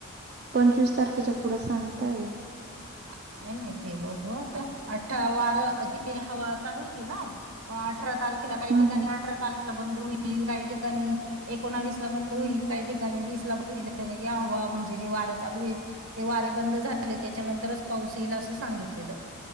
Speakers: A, on the right; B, on the right.
A: पंचवीस तारखेच्या पुढे सांगतायत.
B: ह <inaudible> काय माहती बघू आता अठा- वार अती हवा चालू होती ना म अ अठरा तारखेला काही
A: हं,
B: ठिकाणी
A: हं.
B: अठरा तारखेला बंद होई बंद होईल काही ठिकाणी एकोणावीस ला बंद होईल काही ठिकाणी वीस -ला बंद होईल, या हवा म्हणजे जेव्हा वार चालू येत ते वारे बंद झाले त्याचे त्या नंतर पाऊस येईल अस सांगितलेल,